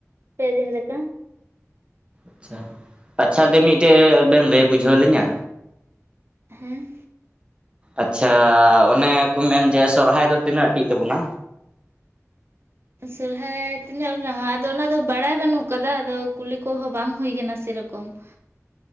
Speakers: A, on the right; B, on the right.
A: ᱯᱮᱫᱤᱱ ᱞᱮᱠᱟ ᱾
B: ᱟᱪᱪᱷᱟ ᱟᱪᱪᱷᱟ ᱫᱤ ᱢᱤᱫᱴᱮᱡ ᱵᱮᱱ ᱞᱟᱹᱭ ᱵᱩᱡᱷᱟᱹᱣ ᱞᱤᱧᱟᱹ?
A: ᱦᱮᱸ
B: ᱟᱪᱪᱷᱟ ᱚᱱᱮ ᱠᱚ ᱢᱮᱱ ᱡᱮ ᱥᱚᱨᱦᱟᱭ ᱫᱚ ᱛᱤᱱᱟᱹᱜ ᱴᱤᱜ ᱛᱟᱵᱚᱱᱟ?
A: ᱥᱚᱨᱦᱟᱭ ᱛᱤᱱᱟᱹᱜ ᱜᱚᱴᱟᱝᱟ ᱟᱫᱚ ᱚᱱᱟᱫᱚ ᱵᱟᱲᱟᱭ ᱵᱟᱹᱱᱩᱜ ᱠᱟᱫᱟ ᱟᱫᱚ ᱠᱩᱞᱤ ᱠᱚᱦᱚᱸ ᱵᱟᱝ ᱦᱩᱭ ᱟᱠᱟᱱᱟ ᱥᱮᱨᱚᱠᱚᱢ ᱾